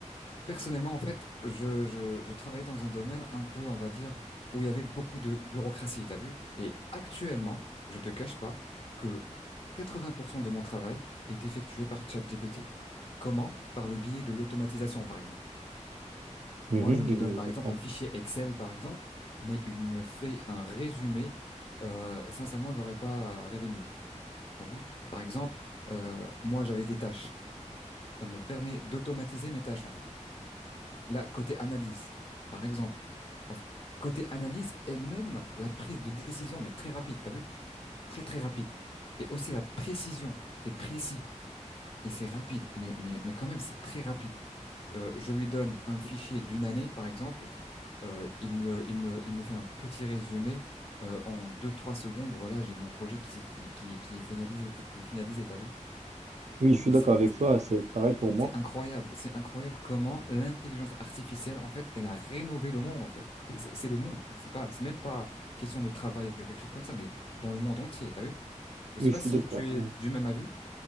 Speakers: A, on the left; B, on the right.
A: Personnellement, en fait, je, je, je travaillais dans un domaine un peu, on va dire, où il y avait beaucoup de bureaucratie, t'as vu? Et actuellement, je te cache pas que 80% de mon travail est effectué par ChatGPT. Comment? Par le biais de l'automatisation, par exemple.
B: Mhm,
A: Moi, je lui
B: je
A: donne, par
B: comprends.
A: exemple, un fichier Excel, par exemple, mais il me fait un résumé. Euh, sincèrement, j'aurais pas rêvé mieux. T'as vu? Par exemple, euh, moi, j'avais des tâches. Ça me permet d'automatiser mes tâches, en fait. Là, côté analyse, par exemple. Enf- Côté analyse et même la prise de décision, mais très rapide, t'as vu? Très, très rapide. Et aussi la précision. C'est précis et c'est rapide, mais, mais, mais quand même, c'est très rapide. Euh, je lui donne un fichier d'une année, par exemple. Euh, il me, le- il me, il me fait un petit résumé euh, en deux trois secondes. Voilà, j'ai mon projet qui, qui, qui, qui est finalisé, qui est finalisé, t'as vu?
B: Oui, je suis
A: mais
B: d'accord
A: c'est-
B: avec toi. C'est pareil pour moi.
A: c'est incroyable, c'est incroyable comment l'intelligence artificielle, en fait, elle a rénové le monde, en fait. C'est c'est- c'est le monde, en fait. C'est pas, c'est même pas question de travail ou quelque chose comme ça, mais dans le monde entier, t'as vu? Je
B: Oui,
A: sais pas
B: je suis
A: si
B: d'accord.
A: tu es du même avis,